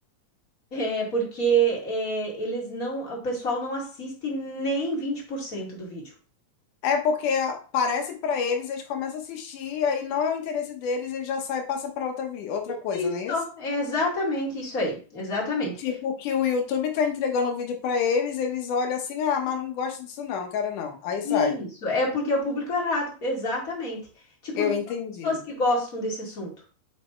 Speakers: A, on the left; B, on the left.
A: É porque é, eles não, o pessoal não assiste nem 20% do vídeo.
B: É porque parece para eles, eles começam a assistir, aí não é o interesse deles, ele já sai e passa para outra, vi- outra coisa,
A: Isso,
B: não é isso?
A: é exatamente isso aí, exatamente.
B: Tipo, que o YouTube tá entregando o vídeo para eles, eles olham assim, ah, mas não gosto disso não, quero não. Aí
A: Isso,
B: sai.
A: é porque é o público errado, exatamente. Tipo,
B: Eu
A: não
B: entendi.
A: são pessoas que gostam desse assunto.